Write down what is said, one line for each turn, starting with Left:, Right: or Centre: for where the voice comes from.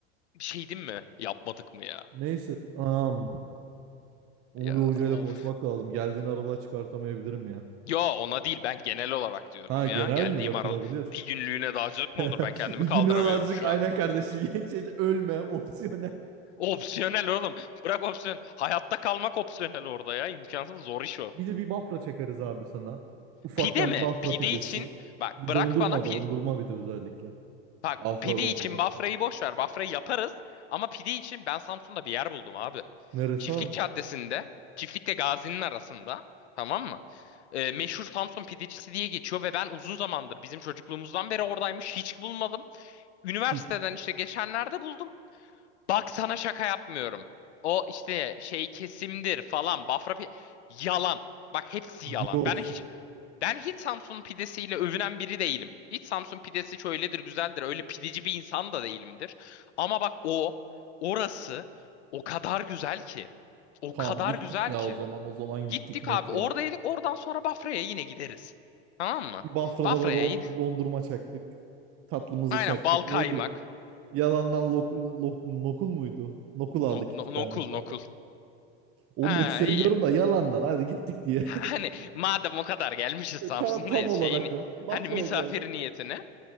Left: bir şey diyeyim mi? Yapmadık mı ya?
Right: Neyse. am, onu
Left: Ya
Right: bir hocayla
Left: of.
Right: konuşmak lazım. Geldiğini aralığa çıkartamayabilirim ya.
Left: Ya ona değil ben genel olarak diyorum
Right: Ha genel
Left: ya. Geldiğim
Right: mi? Yapılabilir.
Left: aralık. Bir günlüğüne dağcılık
Right: <laughs>
Left: mı olur? Ben kendimi
Right: Bir
Left: kaldıramıyorum
Right: gün azıcık
Left: şu
Right: aynen
Left: an.
Right: kardeşim. <laughs> Geç, ölme. Opsiyonel.
Left: Opsiyonel oğlum. Bırak opsiyon. Hayatta kalmak opsiyonel orada ya. İmkansız zor iş o.
Right: Bir de bir Bafra çakarız abi sana. Ufaktan
Left: Pide mi?
Right: Bafra
Left: Pide
Right: pidesi.
Left: için bak
Right: Bir
Left: bırak
Right: dondurma
Left: bana pi-
Right: dondurma bir de özellikle.
Left: Bak
Right: Bafra
Left: pide
Right: dondurması.
Left: için Bafra'yı boş ver. Bafra'yı yaparız. Ama pide için ben Samsun'da bir yer buldum abi.
Right: Neresi
Left: Çiftlik
Right: abi?
Left: Caddesi'nde, Çiftlik'le Gazi'nin arasında. Tamam mı? Ee, meşhur Samsun pidecisi diye geçiyor ve ben uzun zamandır bizim çocukluğumuzdan beri oradaymış. Hiç bulmadım. Üniversiteden
Right: Ki
Left: işte geçenlerde buldum. Bak sana şaka yapmıyorum. O işte şey kesimdir falan Bafra pi- yalan. Bak hepsi yalan.
Right: diyorsun.
Left: Ben hiç ben hiç Samsun pidesiyle övünen biri değilim. Hiç Samsun pidesi şöyledir, güzeldir. Öyle pideci bir insan da değilimdir. Ama bak o, orası o kadar güzel ki. O
Right: Tamam
Left: kadar
Right: gittik
Left: güzel
Right: ya
Left: ki.
Right: o zaman. O zaman gittik
Left: Gittik
Right: net
Left: abi
Right: ya.
Left: oradaydık. Oradan sonra Bafra'ya yine gideriz. Tamam mı?
Right: Bir Bafralara
Left: Bafra'ya
Right: don-
Left: yine.
Right: dondurma çaktık. Tatlımızı
Left: Aynen
Right: çaktık.
Left: bal kaymak.
Right: Neydi? Yalandan lok- lok- nokul muydu? Nokul aldık
Left: No, no-
Right: iki
Left: nokul
Right: tane falan.
Left: nokul.
Right: Onu
Left: Ha
Right: da hiç sevmiyorum
Left: iyi.
Right: da yalandan. Hadi gittik diye.
Left: Ha, Hani madem o kadar gelmişiz
Right: <laughs>
Left: Samsun'dayız
Right: Tam, tam olarak
Left: şeyini.
Right: o. Bafra'ya
Left: Hani misafir
Right: geldik.
Left: niyetine